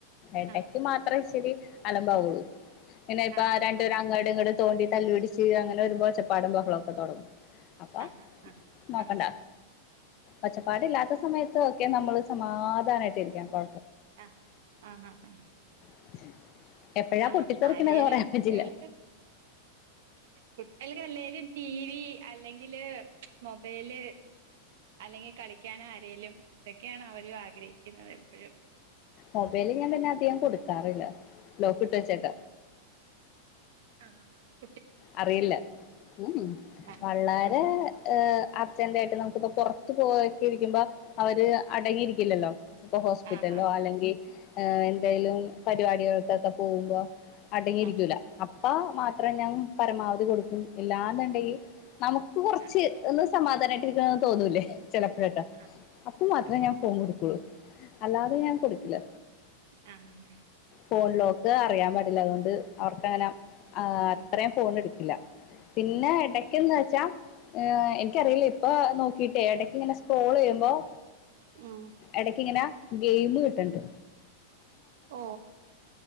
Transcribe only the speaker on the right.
ആഹ്
ആഹ്
ആഹ് ആഹ്
ആഹ് ആഹ്
ആഹ് ആആഹ് ആ
ആ
ആരേലും
കുട്ടികൾക്ക് കുട്ടികൾക്ക് അല്ലേലും ടി വി അല്ലെങ്കില് മൊബൈല് അല്ലെങ്കിൽ കളിക്കാന ആരെലും ഒക്കെയാണ് അവര ആഗ്രഹിക്കുന്നത് എപ്പോഴും
ആഹ് ആ
ആഹ്
ആഹ്
ആഹ്
ആഹ്
ആഹ്
ആഹ്
ആഹ്
ആഹ്
അതെ
ആഹ്
ആഹ് ആഹ്
ആഹ്
ആഹ്
ഉം
ഓ